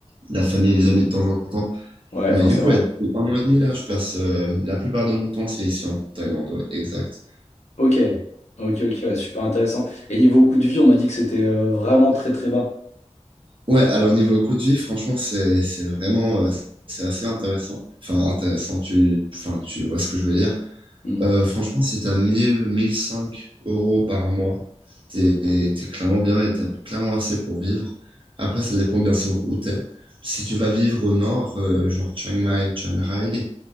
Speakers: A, on the right; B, on the left.
A: la famille et les amis de temps en temps.
B: Ouais,
A: Mais
B: forcément.
A: du coup, ouais, depuis un mois et demi, là, je passe euh, la plupart de mon temps, c'est ici en Thaïlande, ouais, exact.
B: Ok, ok, ok, ouais, super intéressant. Et niveau coût de vie, on m'a dit que c'était euh, vraiment très très bas.
A: Ouais, alors niveau coût de vie, franchement, c'est c'est vraiment euh, c'est assez intéressant. Enfin, intéressant, tu, enfin, tu vois ce que je veux dire.
B: Hmm.
A: Euh, franchement, si t'as 1000, 1005 euros par mois, t'es, t'es clairement bien et t'as clairement assez pour vivre. Après, ça dépend bien sûr où t'es. Si tu vas vivre au nord, euh, genre Chiang Mai, Chiang Rai,